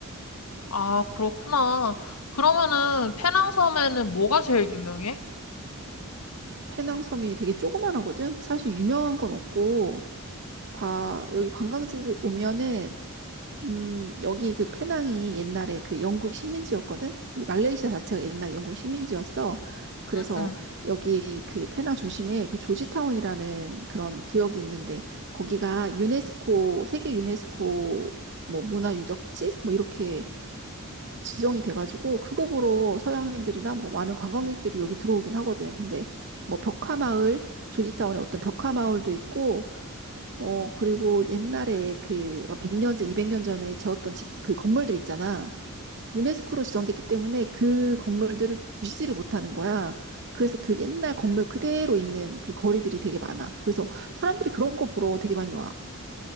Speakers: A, on the left (about 80°); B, on the right (about 50°).
A: 아, 그렇구나. 그러면은 페낭 섬에는 뭐가 제일 유명해?
B: 페낭 섬이 되게 조그만하거든. 사실 유명한 건 없고 다 여기 관광지들 오면은 음, 여기 그 페낭이 옛날에 그 영국 식민지였거든? 이 말레이시아 자체가 옛날 영국 식민지였어. 그래서
A: 음.
B: 여기 그 페낭 중심에 그 조지타운이라는 그런 구역이 있는데 거기가 유네스코, 세계 유네스코 뭐 문화유적지? 뭐 이렇게 지정이 돼가지고 그거 보러 서양인들이나 뭐 많은 관광객들이 여기 들어오긴 하거든. 근데 뭐 벽화마을, 조지타운에 어떤 벽화마을도 있고, 어, 그리고 옛날에 그 100년째, 200년 전에 지었던 집, 그 건물들 있잖아. 유네스코로 지정됐기 때문에 그 건물들을 부시지를 못하는 거야. 그래서 그 옛날 건물 그대로 있는 그 거리들이 되게 많아. 그래서 사람들이 그런 거 보러 되게 많이 와.